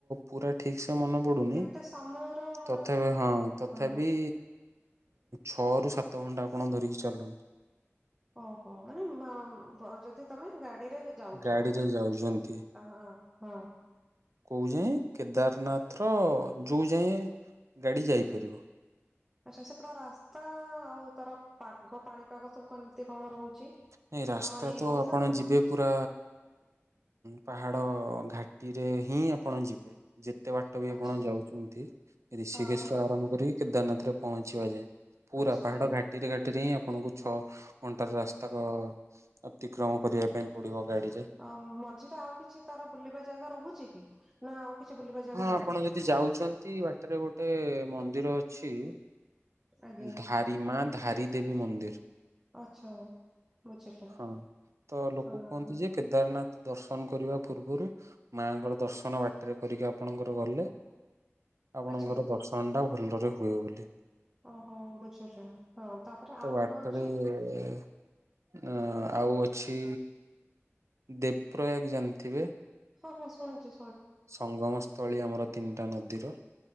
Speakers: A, on the right (about 80°); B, on the right (about 15°).
A: ପୁରା ଠିକ ସେ ମନେ ପଡୁନି
B: କେତେ ସମୟର ମାନେ
A: ତଥାପ ହଁ ତଥାପି।
B: ହଁ
A: ଛଅ ରୁ ସାତ ଘଣ୍ଟା ଆପଣ ଧରିକି ଚାଲନ୍ତୁ।
B: ଓହୋ ମାନେ ମା ଯଦି ତମେ ଗାଡିରେ। ଯାଉଛ
A: ଗାଡିରେ
B: ହଁ
A: ଯାଉଛନ୍ତି
B: ହଁ ହଁ
A: କୋଉ ଯାଏଁ କେଦାରନାଥର ଯୋଉ ଯାଏଁ ଗାଡ଼ି ଯାଇପାରିବ।
B: ଆଚ୍ଛା ସେପଟା ରାସ୍ତା ଆଉ ତାର ପାଗ ପାଣିପାଗ ସବୁ କେମିତି କଣ ରହୁ ଛି
A: ନାଇଁ ରାସ୍ତା
B: ଆମ ଏଇ
A: ତ
B: ଓଡିଶା
A: ଆପଣ
B: ଭଳି?
A: ଯିବେ ପୁରା ପାହାଡ଼ ଘାଟିରେ ହିଁ ଆପଣ ଯିବେ। ଯେତେ ବାଟ ବି
B: ଆଚ୍ଛା
A: ଆପଣ ଯାଉଛନ୍ତି ରୀଷିକେଶ
B: ହଁ
A: ରୁ ଆରମ୍ଭ କରି। କେଦାରନାଥ ରେ ପହଞ୍ଚିବା ଯାଏ ପୁରା
B: ଆଚ୍ଛା
A: ପାହାଡ ଘାଟିରେ ଘାଟିରେ ହିଁ ଆପଣଙ୍କୁ ଛଅ ଘଣ୍ଟାର ରାସ୍। <unintelligible> ଅତିକ୍ରମ କରିବା ପାଇଁ ପଡିବ ଗାଡିଯେ।
B: ଆ ମଝିରେ ଆଉ କିଛି ତାର ବୁଲିବା ଜାଗା ରୋହୁଚି କି ନା ଆଉ? କିଛି ବୁଲିବା ଜାଗା
A: ହଁ
B: ନାହିଁ
A: ଆପଣ ଯଦି ଯାଉଚନ୍ତି ବାଟରେ ଗୋଟେ ମନ୍ଦିର ଅଛି।
B: ଆଜ୍ଞା
A: ଧାରି ମା ଧାରି ଦେବୀ ମନ୍ଦିର।
B: ଆଚ୍ଛା ବୁଝିଲି
A: ହଁ ତ ଲୋକ
B: ହଁ।
A: କୁହନ୍ତି ଯେ କେଦାରନାଥ। ଦର୍ଶନ କରିବା ପୂର୍ବରୁ ମାଙ୍କର ଦର୍ଶନ ବାଟରେ କରିକି ଆପଣଙ୍କର ଗଲେ ଆପଣଙ୍କର
B: ଆଚ୍ଛା
A: ଦର୍ଶନ ଟା ଭଲରେ ହୁଏ ବୋଲି।
B: ଓହୋ ବୁଝିଲି ହଁ ତାପରେ
A: ତ
B: ଆଉ କଣ ଅଛି?
A: <unintelligible> ଅ ଆଉ ଅଛି ଦେବପ୍ରୟାଗ ଜାଣିଥିବେ?
B: ହଁ ହଁ ଶୁଣିଚି।
A: ସଙ୍ଗମ ସ୍ଥଳୀ ଆମର ତିନିଟା ନଦୀର